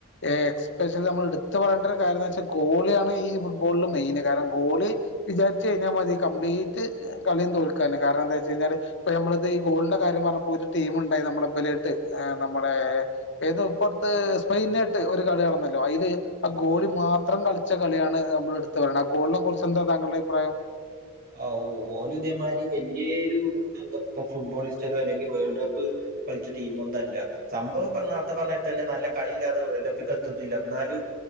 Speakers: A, on the left; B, on the right.
A: ഏ എസ്പെഷ്യല് നമ്മള് എടുത്തു പറയണ്ട ഒരു കാര്യം ന്നാവെച്ചാ ഗോളിയാണ് ഈ <unintelligible> ഫുട്ബോളില് മെയിന് കാരണം ഗോളി വിചാരിച്ച് കഴിഞ്ഞാ മതി കംപ്ലീറ്റ് കളിയും തോൽക്കാന് കാരണം ന്താന്ന്‌ വെച്ച് കഴിഞ്ഞാല് ഇപ്പ നമ്മളിത് ഈ ഗോളിന്റെ കാര്യം പറഞ്ഞപ്പോ ഒരു ടീമുണ്ടായി നമ്മളെ <unintelligible> ഏ നമ്മടെ ഏതോപ്പറത്ത് സ്പെയിനാട്ട് ഒരു കളി നടന്നാ ലോ അയില് ആ
B: ആഹ്
A: ഗോളി
B: ആഹ്
A: മാത്രം കളി ച്ച കളിയാണ് നമ്മള് എടുത്ത് പറയുണത് ആ ഗോളിനെ കുറിച്ചെന്താ താങ്കുടെ അഭിപ്രായം
B: ആവൂ, ഓല്, ഇതേമാരി, വല്യൊരു, എന്താ, പ്പ ഫുട്ബോൾിസ്റ്റരോ, അല്ലെങ്കിൽ, വേൾഡ്, കപ്പ്, കളിച്ച, ടീമോന്നല്ല, സംഭവം, പ്പ നേരത്തെ, പറഞ്ഞമാരി, തന്നെ, നല്ല, കളില്ലാതെ, വേൾഡ്, കപ്പ്ക്ക്ത്തുന്നില്ല, എന്നാലും,